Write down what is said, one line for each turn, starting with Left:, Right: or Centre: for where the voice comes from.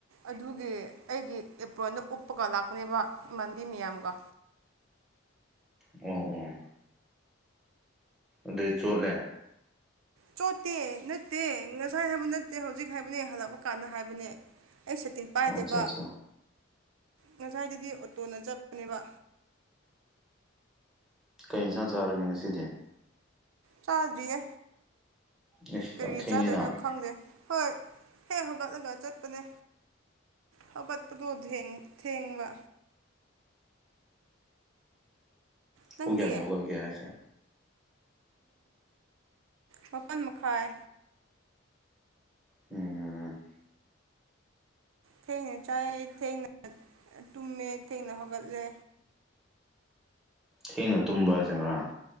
Right: ꯑꯗꯨꯒꯤ ꯑꯩꯒꯤ ꯑꯦꯄ꯭ꯔꯣꯟꯅ ꯎꯞꯄꯒ ꯂꯥꯛꯄꯅꯦꯕ ꯏꯃꯥꯟꯕꯤ ꯃꯌꯥꯝꯒ
Centre: ꯑꯣ ꯑꯣ ꯑꯗꯨꯗꯩ ꯆꯣꯠꯂꯦ
Right: ꯆꯣꯠꯇꯦ ꯅꯠꯇꯦ ꯉꯁꯥꯏ ꯍꯥꯏꯕ ꯅꯠꯇꯦ ꯍꯧꯖꯤꯛ ꯍꯥꯏꯕꯅꯦ ꯍꯜꯂꯛꯄ ꯀꯥꯟꯗ ꯍꯥꯏꯕꯅꯦ ꯑꯩ ꯁꯇꯤꯟ
Centre: ꯑꯣ
Right: ꯄꯥꯏꯗꯕ
Centre: ꯑꯠꯆꯥ ꯑꯠꯆꯥ
Right: ꯉꯁꯥꯏꯗꯗꯤ ꯑꯣꯇꯣꯅ ꯆꯠꯄꯅꯦꯕ
Centre: ꯀꯩ ꯏꯟꯁꯥꯡ ꯆꯥꯔꯒꯦ ꯉꯁꯤꯗꯤ
Right: ꯆꯥꯗ꯭ꯔꯤꯌꯦ
Centre: ꯑꯦꯁ
Right: ꯀꯔꯤ
Centre: ꯌꯥꯝ ꯊꯦꯡꯉꯦꯅ
Right: ꯆꯥꯗꯣꯏꯅꯣ ꯈꯪꯗꯦ ꯍꯣꯏ ꯍꯦ ꯍꯧꯒꯠꯂꯒ ꯆꯠꯄꯅꯦ ꯍꯧꯒꯠꯄꯗꯣ ꯊꯦꯡꯕ ꯅꯨꯗꯤ
Centre: ꯄꯨꯡ ꯀꯌꯥꯗ ꯍꯧꯒꯠꯂꯒꯦ ꯍꯥꯏꯁꯦ
Right: ꯃꯥꯄꯜ ꯃꯈꯥꯏ
Centre: ꯎꯝ
Right: ꯊꯦꯡꯅ ꯆꯥꯏꯑ ꯊꯦꯡꯅ ꯇꯨꯝꯃꯦ ꯊꯦꯡꯅ ꯍꯧꯒꯠꯂꯦ
Centre: ꯊꯦꯡꯅ ꯇꯨꯝꯕ ꯍꯥꯏꯁꯦ ꯉꯔꯥꯡ